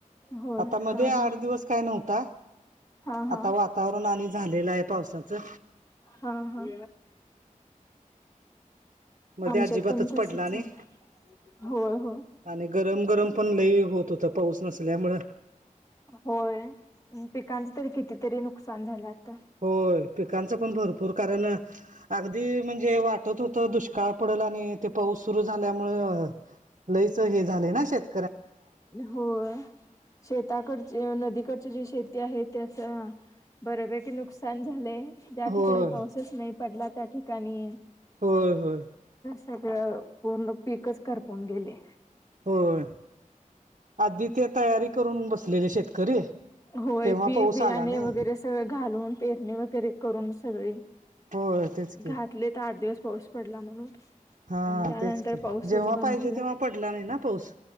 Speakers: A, on the left; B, on the right.
A: होय
B: आता मध्ये
A: हा हा
B: आठ दिवस काय नव्हता.
A: हा
B: आता वातावरण आणि झालेलं हाय पावसाचं.
A: हा. हा.
B: मध्ये
A: आमच्यात
B: अजिबातच
A: पण तसच
B: पडला नाही
A: हाय. होय, होय.
B: आणि गरम गरम पण लई होत होत पाऊस नसल्यामुंळ.
A: होय आणि पिकांचे तरी कितीतरी नुकसान झाल्यात.
B: होय. पिकांचं पण भरपूर कारण - अगदी म्हणजे वाटत होत दुष्काळ पडेल आणि ते पाऊस सुरु झाल्यामुळ लईचं हे झालंय ना. शेत
A: होय. शेताकडचे नदीकडची जी शेती आहे त्याच बऱ्यापैकी नुकसान झालेय. ज्या
B: होय
A: ठिकाणी पाऊसच नाही पडला त्या ठिकाणी.
B: होय होय
A: सगळं पूर्ण पीकच करपून गेलयं.
B: होय. आधी ते तयारी करून बसलेले शेतकरी.
A: होय.
B: तेव्हा
A: बी
B: पाऊस
A: बियाणे
B: आला नाही
A: वगैरे सगळं घालून पेरणी वगैरे करून सगळी
B: होय तेच की
A: घा तलीत आठ दिवस पाऊस पडला म्हणून.
B: हा
A: आणि त्यानंतर
B: तेच की.
A: पाऊसच
B: जेव्हा
A: बंद
B: पाहिजे
A: झाला.
B: तेव्हा पडला नाही ना पाऊस.